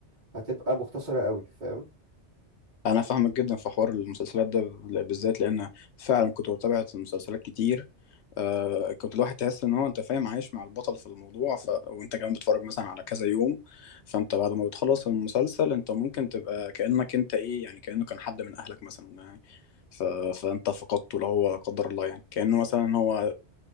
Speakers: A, on the right; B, on the left.
A: هتبقى مختصره قوي فاهم
B: انا فاهمك جدا في حوار المسلسلات ده بالذات لان فعلا كنت بتابع مسلسلات كتير آه كنت الواحد تحس ان هو انت فاهم عايش مع البطل في الموضوع ف... وانت كمان بتتفرج مثلا على كذا يوم فانت بعد ما بتخلص المسلسل انت ممكن تبقى كأنك انت ايه يعني كأنه كان حد من اهلك مثلا يعني ف... فانت فقدته لو هو لا قدر الله يعني كأنه مثلا هو